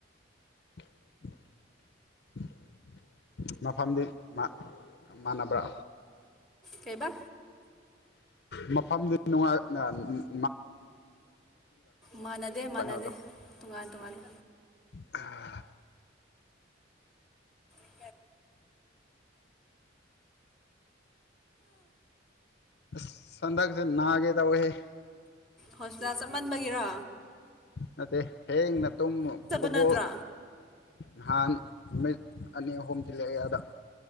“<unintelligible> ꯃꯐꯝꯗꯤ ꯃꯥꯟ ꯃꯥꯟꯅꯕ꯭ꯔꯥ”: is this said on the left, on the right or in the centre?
Left